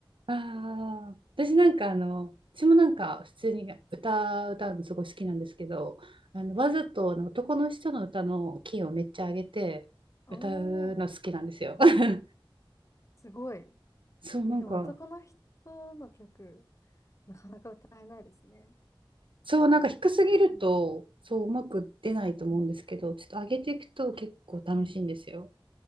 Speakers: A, on the right; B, on the left.
A: ああ、私なんかあの、私もなんか普通に歌歌うのすごい好きなんですけど、あのわざとあの男の人の歌のキーをめっちゃ上げて歌うの好きなんですよ。
B: うん、おー、
A: <laughs>
B: すごい。
A: そうなんか
B: えでも男の人の曲、なかなか歌えないですね。
A: そう、なんか低すぎると、
B: うん、
A: そう、うまく出ないと思うんですけど、
B: うん、
A: ちょっと上げていくと結構楽しいんですよ。
B: うん。